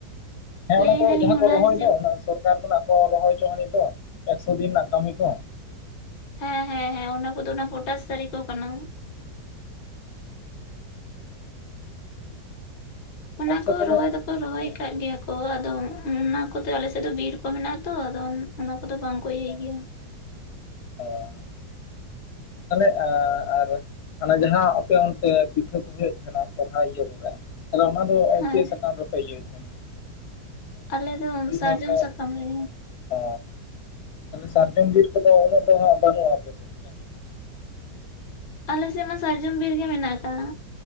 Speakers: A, on the left; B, on the left.
A: ᱦᱮᱸ
B: ᱞᱟᱹᱭ
A: ᱚᱱᱟᱠᱚ
B: ᱫᱟᱞᱤᱧ
A: ᱡᱟᱦᱟᱸ
B: ᱚᱱᱟ
A: ᱠᱚ ᱨᱚᱦᱚᱭ
B: ᱡᱮ
A: ᱫᱚ ᱚᱱᱟ ᱥᱚᱨᱠᱟᱨ ᱠᱷᱚᱱᱟᱜ᱾ ᱠᱚ ᱨᱚᱦᱚᱭ ᱦᱚᱪᱚ ᱟᱹᱱᱤᱡ ᱫᱚ ᱮᱠᱥᱚ ᱫᱤᱱ ᱨᱮᱱᱟᱜ ᱠᱟᱹᱢᱤ ᱠᱚ᱾
B: ᱦᱮᱸ ᱦᱮᱸ ᱦᱮᱸ, ᱚᱱᱟ ᱠᱚᱫᱚ ᱚᱱᱟ ᱯᱚᱴᱟᱥ ᱫᱟᱨᱮ ᱠᱚ ᱠᱟᱱᱟ᱾ ᱚᱱᱟ
A: ᱟᱪᱪᱷᱟ
B: ᱠᱚ
A: ᱛᱟᱦᱚᱞᱮ
B: ᱨᱚᱦᱚᱭ ᱫᱚᱠᱚ ᱨᱚᱦᱚᱭ ᱠᱟᱜ ᱜᱮᱭᱟ ᱠᱚ᱾ ᱚ ᱟᱫᱚ ᱚᱱᱟ ᱠᱚᱛᱮ ᱟᱞᱮᱥᱮᱫ ᱫᱚ ᱵᱤᱨ ᱠᱚ ᱢᱮᱱᱟᱜ-ᱟ ᱛᱚ ᱟᱫᱚ ᱚᱱᱟ ᱠᱚᱫᱚ ᱵᱟᱝ ᱠᱚ ᱤᱭᱟᱹᱭ ᱜᱮᱭᱟ᱾
A: ᱚᱸᱻ᱾ ᱛᱟᱞᱮ ᱟᱨ ᱚᱱᱟ ᱡᱟᱦᱟᱸ ᱟᱯᱮ ᱚᱱᱛᱮ ᱯᱤᱴᱷᱟᱹ ᱠᱚ ᱦᱩᱭᱩᱜ ᱛᱟᱦᱮᱱᱟ ᱥᱚᱨᱦᱟᱭ ᱤᱭᱟᱹ ᱠᱚᱨᱮ ᱛᱟᱦᱞᱮ ᱚᱱᱟ ᱫᱚ
B: ᱦᱮᱸ
A: ᱪᱮᱫ ᱥᱟᱠᱟᱢ ᱨᱮᱯᱮ ᱤᱭᱟᱹᱭ ᱛᱟᱦᱮᱸᱜ?
B: ᱟᱞᱮ ᱫᱚ ᱥᱟᱨᱡᱚᱢ
A: ᱦᱚᱲ ᱫᱚ
B: ᱥᱟᱠᱟᱢ ᱨᱮ᱾
A: ᱚ ᱛᱟᱞᱦᱮ ᱥᱟᱨᱡᱚᱢ ᱵᱤᱨ ᱠᱚᱫᱚ ᱩᱱᱟᱹᱜ ᱫᱚ ᱦᱟᱸᱜ ᱵᱟᱹᱱᱩᱜ-ᱟ ᱟᱯᱮ ᱥᱮᱫ ᱫᱚ? ᱵᱟᱝ?
B: ᱟᱞᱮᱥᱮᱱ ᱢᱟ ᱥᱟᱨᱡᱚᱢ ᱵᱤᱨ ᱜᱮ ᱢᱮᱱᱟᱜ ᱠᱟᱜ-ᱟ᱾